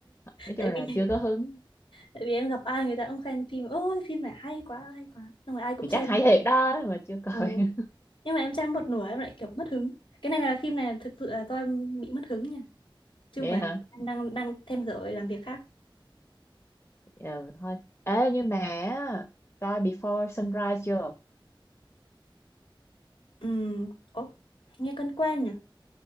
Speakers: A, on the left; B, on the left.
A: nói
B: tại
A: chung là
B: vì
A: chưa có hứng
B: tại vì em gặp ai người ta cũng khen phim ôi phim này hay quá hay quá xong rồi ai cũng
A: thì
B: xem
A: chắc hay thiệt đó mà chưa coi
B: ừ.
A: <laughs>
B: nhưng mà em xem một nửa em lại kiểu mất hứng cái này là phim này thực sự là do em bị mất hứng nha chứ
A: vậy
B: không phải
A: hả
B: em đang đang thêm giờ làm việc khác
A: Ờ, thôi ê nhưng mà á, coi Before Sunrise chưa
B: ừ Ồ, nghe quen quen nhỉ